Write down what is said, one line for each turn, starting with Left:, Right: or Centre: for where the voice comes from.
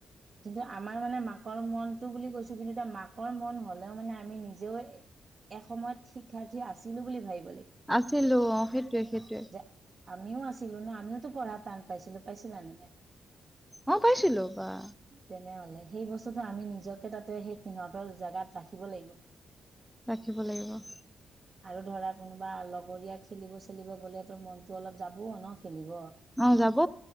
Right: কিন্তু আপ আমাৰ মানে মাকৰ মনতটো বুলি কৈছো কিন্তু এতিয়া মাকৰ মন হলেও মানে আমি নিজেও এসময়ত শিক্ষাৰ্থী আছিলো বুলি ভাবি
Centre: আছিলো অহ সেইটোৱে -সেইটোৱে।
Right: যে আমিও আছিলো ন' আমিওতো পঢ়া টান পাইছিলো। পাইছিলা নে নাই?
Centre: অ', পাইছিলো বাহ।
Right: তেনেহলে সেই বস্তুটো আমি নিজকে তাতে সেই সিহঁতৰ জাগাত ৰাখিব লাগিব।
Centre: ৰাখিব লাগিব।
Right: আৰু ধৰা কোনোবা লগৰীয়া খেলিব- চেলিব গলে তোৰ কি কৰিব মনটো অলপ যাবও ন',। খেলিব
Centre: অহ, যাব।